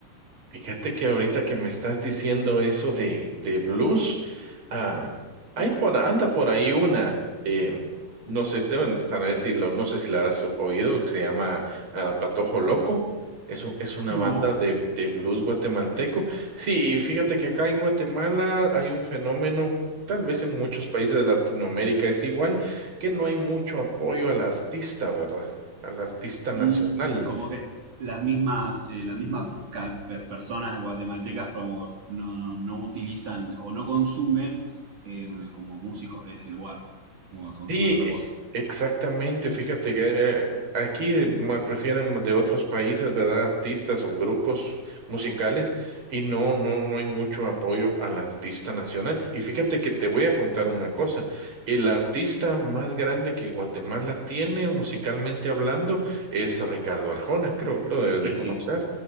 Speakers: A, on the right (about 35°); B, on the right (about 60°).
A: Fíjate que ahorita que me estás diciendo eso de, de blues, ah, hay por, anda por ahí una, eh, no sé, te- bueno, tal vez si lo- no sé si la has oído, que se llama ah, Patojo Loco. Es, u- es una
B: No,
A: banda de, de blues guatemalteco. Sí, y fíjate que acá en Guatemala hay un fenómeno, tal vez en muchos países de Latinoamérica es igual, que no hay mucho apoyo al artista, ¿verdad? Al artista
B: Mm,
A: nacional.
B: como que las mismas, eh, las mismas ca- per- personas guatemaltecas como que no, no, no utilizan o no consumen eh, como músicos de ese lugar, como
A: Sí,
B: que consumen otra
A: e-
B: cosa.
A: exactamente. Fíjate que eh, aquí me prefieren de otros países, ¿verdad? Artistas o grupos musicales y no, no, no hay mucho apoyo al artista nacional. Y fíjate que te voy a contar una cosa. El artista más grande que Guatemala tiene musicalmente hablando es Ricardo Arjona, creo, lo debes
B: Sí,
A: de conocer.
B: sí,